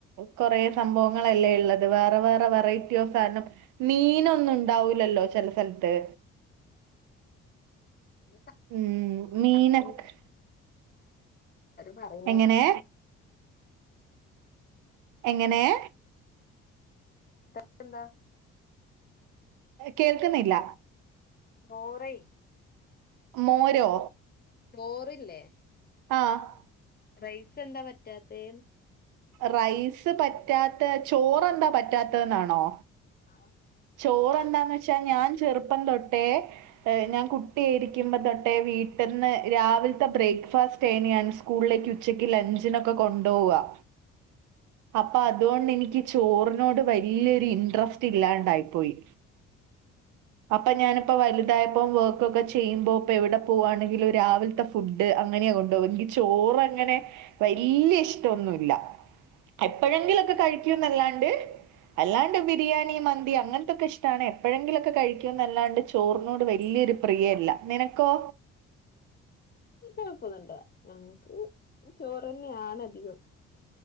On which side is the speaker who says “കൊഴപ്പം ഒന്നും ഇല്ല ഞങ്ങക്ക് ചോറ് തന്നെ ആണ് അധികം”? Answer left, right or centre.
Left